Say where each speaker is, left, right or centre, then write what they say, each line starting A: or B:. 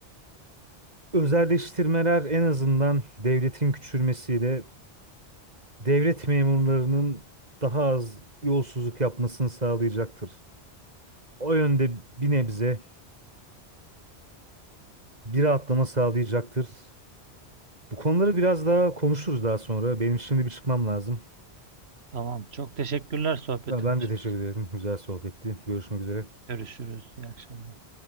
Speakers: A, on the right (about 40°); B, on the right (about 75°).
A: Özelleştirmeler en azından devletin küçülmesiyle devlet memurlarının daha az yolsuzluk yapmasını sağlayacaktır. O yönde bir nebze bir rahatlama sağlayacaktır. Bu konuları biraz daha konuşuruz daha sonra. Benim şimdi bir çıkmam lazım.
B: Tamam. Çok teşekkürler sohbetin
A: Ben
B: için.
A: de teşekkür ederim. Güzel sohbetti. Görüşmek üzere.
B: Görüşürüz. İyi akşamlar.